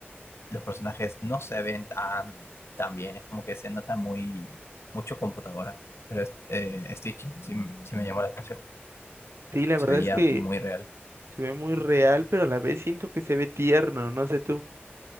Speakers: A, on the left; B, on the right.
A: los personajes no se ven tan, tan bien, es como que se nota muy, mucho computadora. Pero es- eh, Stitch sí, sí me llamó la atención,
B: Sí, la
A: se
B: verdad
A: veía
B: es que
A: muy real.
B: se ve muy real, pero a la vez siento que se ve tierno, no sé tú.